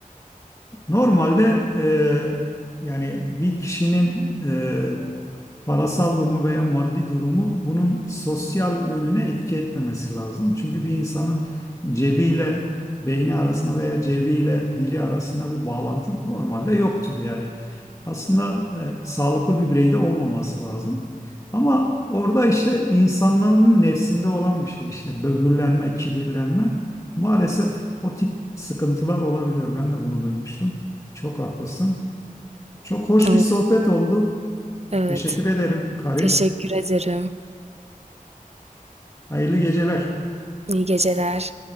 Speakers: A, on the left; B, on the right.
A: Normalde e, yani bir kişinin e, parasal durumu veya maddi durumu bunun sosyal yönüne etki etmemesi lazım. Çünkü bir insanın cebiyle beyni arasında veya cebiyle dili arasında bir bağlantı normalde yoktur. Yani aslında e, sağlıklı bir bireyde olmaması lazım. Ama orada işte insanların nefsinde olan bir şey işte böbürlenme, kibirlenme maalesef o tip sıkıntılar olabiliyor. Ben de bunu duymuştum. Çok haklısın. Çok hoş
B: Evet.
A: bir sohbet oldu.
B: Evet.
A: Teşekkür ederim Karin.
B: Teşekkür ederim.
A: Hayırlı geceler.
B: İyi geceler.